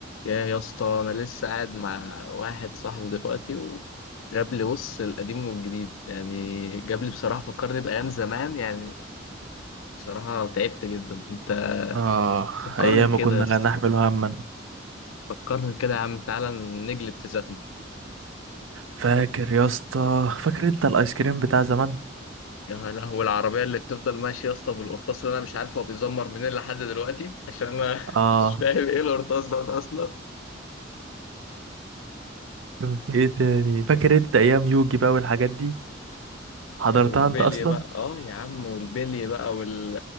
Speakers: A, on the left; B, on the right.
A: يا يا اسطى انا لسه قاعد مع واحد صاحبي دلوقتي وجاب لي بص القديم والجديد يعني جاب لي بصراحه فكرني بايام زمان يعني بصراحه تعبت جدا انت
B: آه
A: فكرني
B: أيام
A: كده
B: كنا
A: يا اسطى
B: لا نحمل هما
A: فكرني كده يا عم تعالى نجلد في ذاتنا
B: فاكر يا اسطى فاكر أنت الآيس كريم بتاع زمان
A: يا لهوي العربيه اللي بتفضل ماشيه يا اسطى بالقرطاس اللي انا مش عارف هو بيزمر منين لحد دلوقتي عشان انا
B: آه
A: <laughs> مش فاهم ايه القرطاس ده اصلا
B: كان في إيه تاني فاكر أنت أيام يوجي بقى والحاجات دي حضرتها
A: والبلي
B: أنت أصلا
A: بقى اه يا عم والبلي بقى وال